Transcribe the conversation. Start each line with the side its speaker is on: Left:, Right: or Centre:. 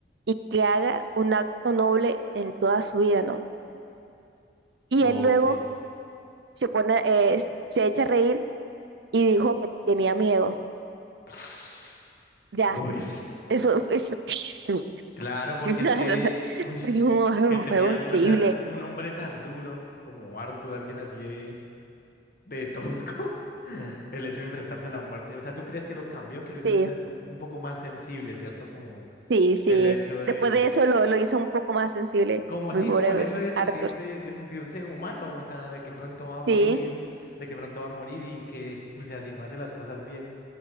Right: y que haga un acto noble en toda su vida, ¿no? Y
Left: ok.
Right: él luego se pone, eh, se echa a reír y dijo que tenía miedo.
Left: <sniffs>
Right: Ya,
Left: Uy,
Right: eso, eso, <laughs> es un
Left: claro, porque
Right: <laughs>
Left: es que, uy,
Right: es un
Left: que tenía,
Right: juego increíble.
Left: o sea, un, un hombre tan duro como Arthur, alguien así de, de tosco, <laughs> el hecho de enfrentarse a la muerte, o sea, ¿tú crees que lo cambió, que lo hizo
Right: Sí,
Left: sen- un un poco más sensible, ¿cierto? Como
Right: Sí, sí.
Left: El hecho de,
Right: Después
Left: de-
Right: de eso lo, lo hizo un poco más sensible,
Left: como
Right: mi
Left: sí,
Right: pobre
Left: como el hecho de sentirse,
Right: Arthur.
Left: de sentirse humano, o sea, de que pronto va a morir,
Right: Sí,
Left: de que pronto va a morir y que, o sea, si no hace las cosas bien,